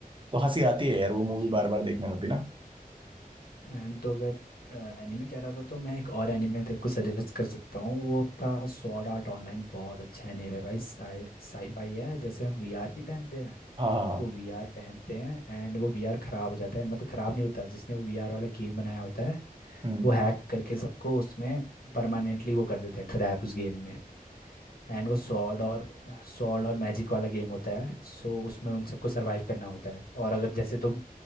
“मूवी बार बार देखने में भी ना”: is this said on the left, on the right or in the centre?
Right